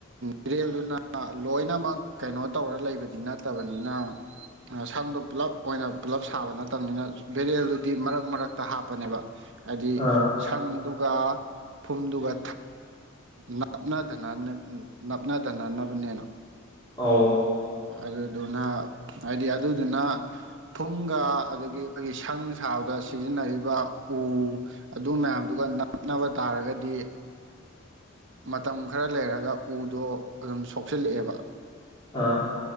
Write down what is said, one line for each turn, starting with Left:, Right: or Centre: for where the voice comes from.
Right: ꯕꯦꯔꯦꯜꯗꯨꯅ ꯂꯣꯏꯅꯃꯛ ꯀꯩꯅꯣ ꯇꯧꯔ ꯂꯩꯕꯗꯤ ꯅꯠꯇꯕꯅꯤꯅ ꯁꯪꯗꯣ ꯄꯨꯜꯂꯞ ꯑꯣꯏꯅ ꯄꯨꯜꯂꯞ ꯁꯥꯕ ꯅꯠꯇꯕꯅꯤꯅ ꯕꯦꯔꯦꯜꯗꯨꯗꯤ ꯃꯔꯛ ꯃꯔꯛꯇ ꯍꯥꯞꯄꯅꯦꯕ ꯍꯥꯏꯗꯤ
Left: ꯑꯥ
Right: ꯁꯥꯡꯗ ꯐꯨꯝꯗꯨꯒ ꯅꯞꯅꯗꯅ ꯅꯞꯅꯗꯅꯅꯕꯅꯦꯅ
Left: ꯑ
Right: ꯑꯗꯨꯗꯨꯅ ꯍꯥꯏꯗꯤ ꯑꯗꯨꯗꯨꯅ ꯐꯨꯝꯒ ꯑꯗꯒꯤ ꯑꯩꯈꯣꯏꯒꯤ ꯁꯪ ꯁꯥꯕꯗ ꯁꯤꯖꯤꯟꯅꯔꯤꯕ ꯎ ꯑꯗꯨ ꯃꯌꯥꯝꯗꯨꯒ ꯅꯞꯅꯕ ꯇꯥꯔꯒꯗꯤ ꯃꯇꯝ ꯈꯔ ꯂꯩꯔꯒ ꯎꯗꯣ ꯑꯗꯨꯝ ꯁꯣꯛꯆꯤꯜꯂꯛꯑꯦꯕ
Left: ꯑꯥ